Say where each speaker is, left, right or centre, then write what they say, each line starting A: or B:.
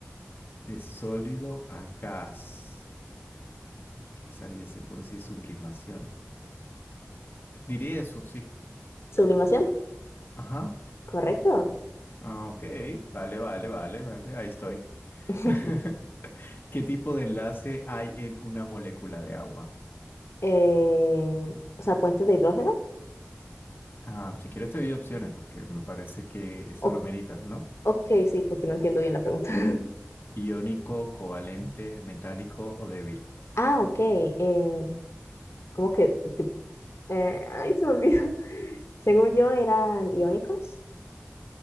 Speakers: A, on the left; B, on the left.
A: De sólido a gas. Que no estaría seguro si es sublimación. Diría eso, sí.
B: Sublimación,
A: Ajá.
B: correcto.
A: Ah, ok. Vale, vale, vale, vale. Ahí estoy.
B: <laughs>
A: <laughs> ¿Qué tipo de enlace hay en una molécula de agua?
B: Eh, o sea, puentes de hidrógeno.
A: Ah, si quieres te doy opciones porque me parece que esto
B: O-
A: lo amerita, ¿no?
B: ok, sí, porque no entiendo bien la pregunta. <laughs>
A: Iónico, covalente, metálico o débil.
B: Ah, ok. eh, ¿cómo que? tipo, eh, ay, se me olvidó. <laughs> Según yo, eran iónicos.